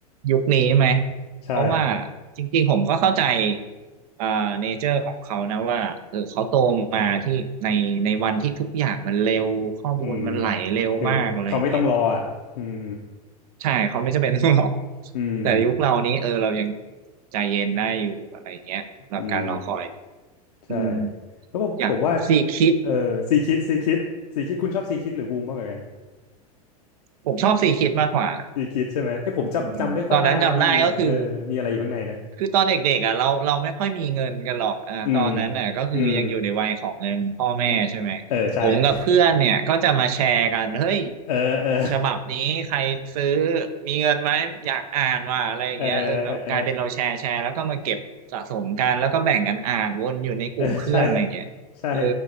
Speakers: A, on the right; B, on the left.
A: ยุคนี้ไหม
B: ใช่
A: เพราะว่าจริงๆผมก็เข้าใจเอ่อเนเจอร์ของเขานะว่าเออเขาโตมาที่ในในวันที่ทุกอย่างมันเร็วข้อมูลมันไหลเร็วมากอะไรอย่างเงี้ย
B: อืมคือเขาไม่ต้องรออ่ะอืม
A: ใช่เขาไม่จำเป็นต้องหรอก
B: อืม
A: แต่ยุคเรานี้เออเรายังใจเย็นได้อยู่อะไรอย่างเงี้ยสำหรับการรอคอย
B: อืมใช่
A: อืม
B: แล้วผมผมว่า
A: อยากซีคิด
B: เออซีคิดซีคิดซีคิดคุณชอบซีคิดหรือบูมมากกว่ากัน
A: ผมชอบซีคิดมากกว่า
B: ซีคิดใช่ไหมเฮ้ยผมจำจำไม่ค่อยได้แล้วมันมีอะเออมีอะไรอยู่ข้างในนะ
A: อืมตอนนั้นจำได้ก็คือ คือตอนเด็กๆอ่ะเราเราไม่ค่อยมีเงินกันหรอกอ่าตอนนั้นน่ะก็คือยังอยู่ในวัยของเงินพ่อแม่ใช่ไหมผมกับเพื่อนเนี่ยก็จะมาแชร์กันเฮ้ย
B: อืมอืมอืมเออใช่ <laughs> เออเออ
A: ฉบับนี้ใครซื้อมีเงินไหมอยากอ่านว่าอะไรอย่างเงี้ยเออเรากลายเป็นเราแชร์แชร์แล้วก็มาเก็บสะสมกันแล้วก็แบ่งกันอ่านวนอยู่ในกลุ่มเพื่อนอะไรอย่างเงี้ยเออ
B: เออเออเออใช่ใช่